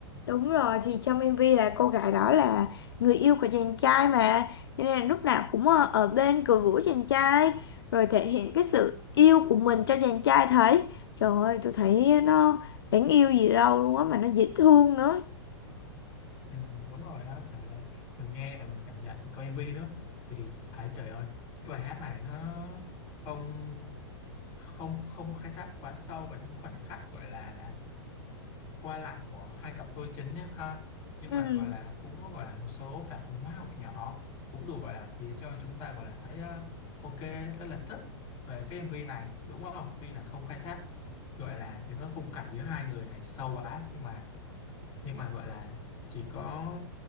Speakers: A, on the left (about 60°); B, on the left (about 35°).
A: Đúng rồi, thì trong MV là cô gái đó là người yêu của chàng trai mà. Cho nên là lúc nào cũng ờ, ở bên cổ vũ chàng trai. Rồi thể hiện cái sự yêu của mình cho chàng trai thấy. Trời ơi, tôi thấy nó đáng yêu gì đâu luôn á mà nó dễ thương nữa.
B: Ừ, đúng rồi á trời ơi mình nghe và mình cảm nhận mình coi MV nữa thì thấy trời ơi cái bài hát này nó không không không khai thác quá sâu vào những khoảnh khắc gọi là qua lại của hai cặp đôi chính nhé ha nhưng
A: Ừ.
B: mà gọi là cũng có gọi là một số phản ứng hóa học nhỏ cũng đủ gọi là khiến cho chúng ta gọi là thấy ờ, ok rất là thích về cái MV này đúng không tuy là không khai thác gọi là những cái khung cảnh giữa hai người này sâu quá nhưng mà nhưng mà gọi là chỉ có